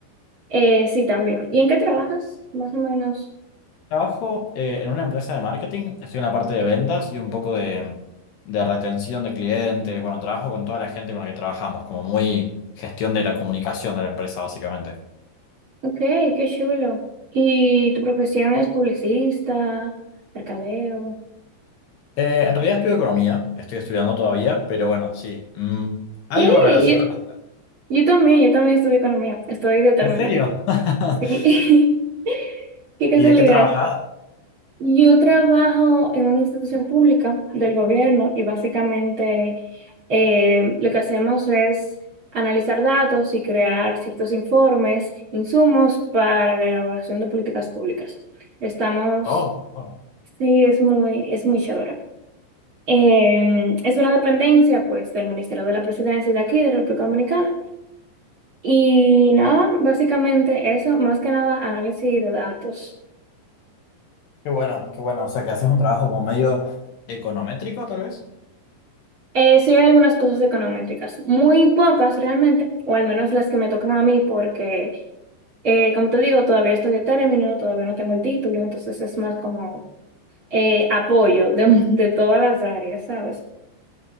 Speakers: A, on the right (about 30°); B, on the left (about 65°).
A: Eh, sí, también. ¿Y en qué trabajas? Más o menos.
B: Trabajo eh, en una empresa de marketing, estoy en la parte de ventas y un poco de, de retención de clientes. Bueno, trabajo con toda la gente con la que trabajamos, como muy gestión de la comunicación de la empresa, básicamente.
A: Ok, qué chulo. ¿Y tu profesión es publicista, mercadeo?
B: Eh, en realidad estudio economía, estoy estudiando todavía, pero bueno, sí, mm, algo
A: Sí,
B: relacionado.
A: yo, yo también, yo también estudio economía. Estoy de término
B: ¿En serio?
A: ya. Sí.
B: <laughs>
A: <laughs> Qué casualidad.
B: ¿Y de qué trabajás?
A: Yo trabajo en una institución pública del gobierno y básicamente eh, lo que hacemos es analizar datos y crear ciertos informes, insumos para la elaboración de políticas públicas. Estamos,
B: Oh, oh,
A: sí, es muy, es muy chévere. Eh, es una dependencia, pues, del Ministerio de la Presidencia y de aquí, de República Dominicana. Y nada, básicamente eso, más que nada análisis de datos.
B: qué bueno, qué bueno. O sea, que haces un trabajo como medio econométrico, tal vez.
A: Eh, sí hay algunas cosas econométricas, muy pocas realmente, o al menos las que me tocan a mí, porque eh, como te digo, todavía estoy de término, todavía no tengo el título, entonces es más como eh, apoyo de, <laughs> de todas las áreas, ¿sabes?